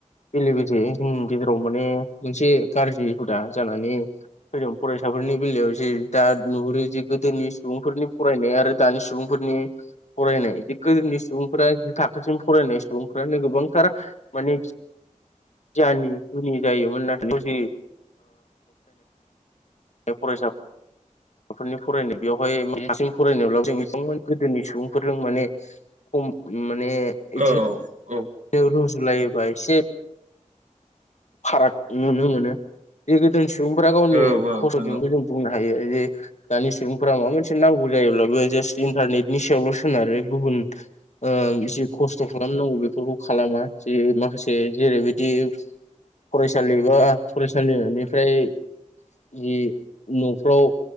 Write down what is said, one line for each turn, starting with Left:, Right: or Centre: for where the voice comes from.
Left: बेले बेजे जोंनि गेजेराव माने मोनसे गाज्रि हुदा जानानै फैदों। फरायसाफोरनि बेलायाव जे दा नुहुरो जे गोदोनि सुबुंफोरनि फरायनाय आरो दानि सुबुंफोरनि फरायनाय बे गोदोनि सुबुंफोरा जि थाखोसिम फरायनाय सुबुं फ्रानो गोबांथार माने गियानि गुनि जायोमोन नाथाय <unintelligible> फरायसाफोरनि फरायनाय बेवहाय <unintelligible> गोदोनि सुबुंफोरजों माने खम माने
Right: औ
Left: इदिनो
Right: औ
Left: रुजुलायोबा एसे फाराग नुनो मोनो, जे गोदोनि सुबुंफोरा गावनि
Right: औ औ
Left: <unintelligible>
Right: नंगौ
Left: जों बुंनो हायो जे दानि सुबुंफोरा माबा मोनसे नांगौ जायोब्लाबो जास्ट इन्टारनेटनि सायावल' सोनारो गुबुन ओ जि खस्थ' खालामनांगौ बेफोरखौ खालामा जे माखासे जेरैबायदि फरायसालि बा फरायसालिनिफ्राय जि न'फ्राव